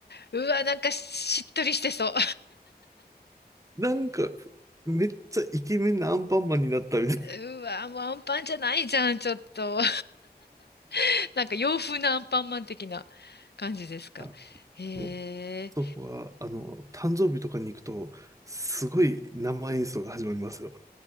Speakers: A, on the left (about 85°); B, on the right (about 20°).
A: うわ、なんかしっとりしてそう。
B: なんか、めっちゃイケメンなアンパンマンになったみたい
A: <laughs> うわ、もうアンパンじゃないじゃん、ちょっと。<laughs> なんか洋風なアンパンマン的な感じですか。
B: な。<laughs>
A: へえ。
B: もうそこは、あの、誕生日とかに行くと、すごい生演奏が始まりますよ。